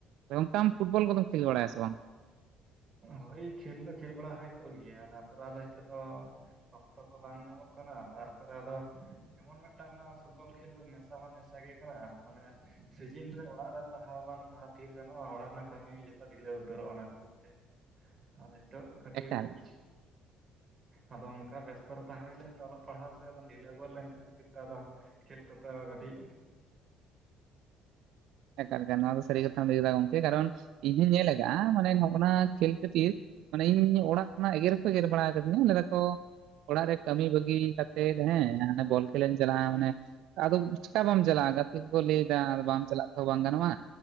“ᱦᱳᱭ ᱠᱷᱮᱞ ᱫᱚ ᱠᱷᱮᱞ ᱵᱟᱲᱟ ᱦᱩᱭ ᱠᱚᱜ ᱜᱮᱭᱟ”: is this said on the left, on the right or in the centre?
Right